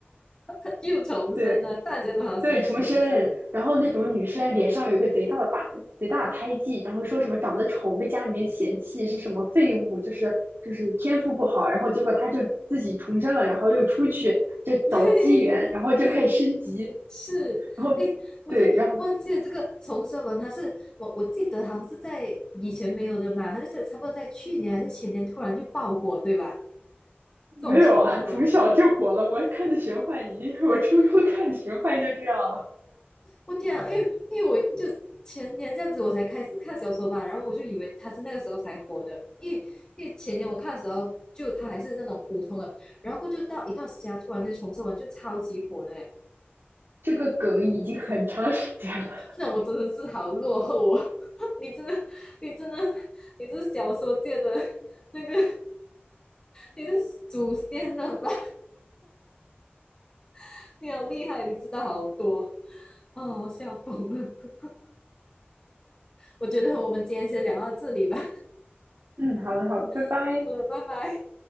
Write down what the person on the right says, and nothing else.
<laughs> 对
对，重生，然后那种女生脸上有一个贼大的疤，贼大的胎记，然后说什么长得丑被家里面嫌弃是什么废物，就是就是天赋不好，然后结果她就自己重生了，然后又出去就找机缘，
然后就开始升级。
然后对，
然后
没有啊，从小就火了。我看的玄幻已经是 <laughs> 我初中看的玄幻就这样了，
这个梗已经很长时间了。
嗯，好的，好的，拜拜。